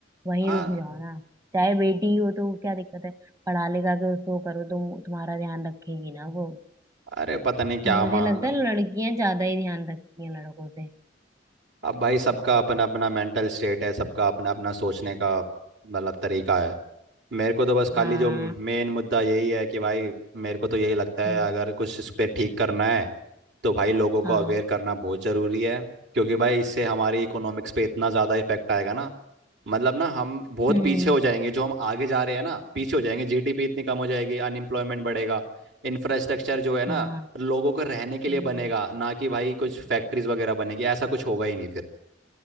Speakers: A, on the right (about 15°); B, on the right (about 70°).
A: वहीं
B: हाँ
A: रुक जाओ ना चाहे बेटी ही हो तो क्या दिक्कत है पढ़ा लिखा के उसको करो तो तुम्हारा ध्यान रखेगी ना वो
B: अरे पता नहीं क्या
A: और मुझे
B: मतलब
A: लगता है लड़कियां ज्यादा ही ध्यान रखती हैं लड़कों से
B: अब भाई सबका अपना अपना मेंटल स्टेट है सबका अपना अपना सोचने का मतलब तरीका है मेरे को तो बस खाली
A: हाँ
B: जो मेन मुद्दा यही है कि भाई मेरे को तो यही लगता है
A: हम्म
B: अगर कुछ इस पे ठीक करना है तो भाई लोगों को
A: हाँ
B: अवेयर करना बहुत ज़रूरी है क्योंकि भाई इससे हमारी इकोनॉमिक्स पे इतना ज़्यादा इफेक्ट आएगा ना मतलब ना हम बहुत
A: हम्म
B: पीछे हो जाएंगे जो हम आगे जा रहे हैं ना पीछे हो जाएंगे जीडीपी इतनी कम हो जाएगी अनएम्प्लॉयमेंट बढ़ेगा इंफ्रास्ट्रक्चर जो है ना
A: हाँ
B: लोगों को रहने के लिए
A: हम्म
B: बनेगा ना कि भाई कुछ फैक्ट्रीज वगैरह बनेगी ऐसा कुछ होगा ही नहीं फिर